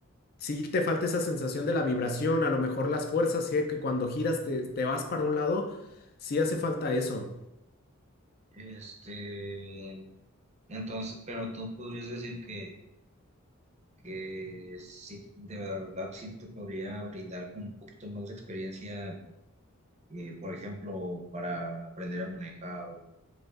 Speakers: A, on the left; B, on the right.
A: Sí te falta esa sensación de la vibración, a lo mejor las fuerzas, sí, que cuando giras te, te vas para un lado, sí hace falta eso.
B: Este, entonces, pero tú podrías decir que, que sí, de verdad sí te podría brindar como un poquito más de experiencia, eh, por ejemplo, para aprender a manejar